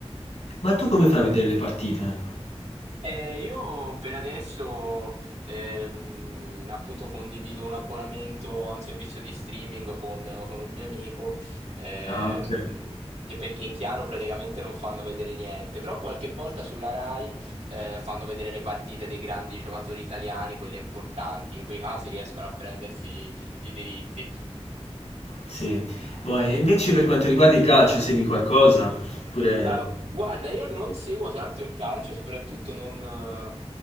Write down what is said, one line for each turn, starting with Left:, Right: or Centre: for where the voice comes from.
Left: ma tu come fai a vedere le partite?
Right: Eh, io per adesso ehm, appunto condivido un abbonamento a un servizio di streaming con, con un mio amico ehm,
Left: Ah, okay.
Right: e perché in chiaro praticamente non fanno vedere niente, però qualche volta sulla Rai eh, fanno vedere le partite dei grandi giocatori italiani, quelle importanti, in quei casi riescono a prendersi i diritti.
Left: Sì. Boh, e invece per quanto riguarda il calcio segui qualcosa? Oppure
Right: Eh, guarda, io non seguo tanto il calcio, soprattutto non, eh,